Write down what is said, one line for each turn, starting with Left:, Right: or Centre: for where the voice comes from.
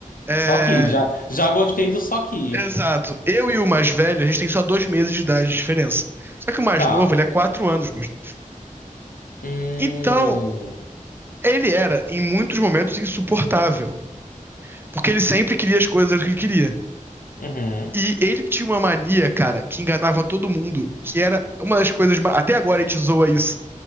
Right: é,
Left: Só que já já gostei do só que.
Right: exato, eu e o mais velho, a gente tem só dois meses de idade de diferença. Só que o mais
Left: Tá.
Right: novo, ele é quatro anos mais novo.
Left: Hum.
Right: Então, Ele era, em muitos momentos, insuportável. Porque ele sempre queria as coisas que ele queria.
Left: Uhum.
Right: E ele tinha uma mania, cara, que enganava todo mundo, que era uma das coisas. ma- Até agora a gente zoa isso.